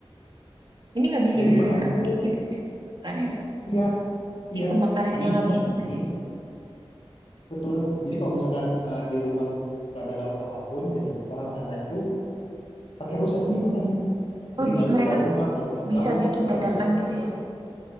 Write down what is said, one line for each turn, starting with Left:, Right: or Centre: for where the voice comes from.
Right: ini ngabisin
Left: Jadi makannya
Right: nasi
Left: tuh
Right: gitu makanannya
Left: iya,
Right: tipe
Left: iya.
Right: makanan
Left: Jadi
Right: yang ngabisin
Left: makan ini
Right: nasi
Left: betul. Jadi kalau misalkan eh, di rumah nggak ada lauk apapun, biasanya orang sana itu pakai rusep ini makannya. Jadi
Right: Oh, di-
Left: malas
Right: mereka
Left: keluar rumah, malas beli
Right: bisa
Left: lauk,
Right: bikin
Left: pakai
Right: dadakan
Left: rusep
Right: gitu
Left: makannya.
Right: ya?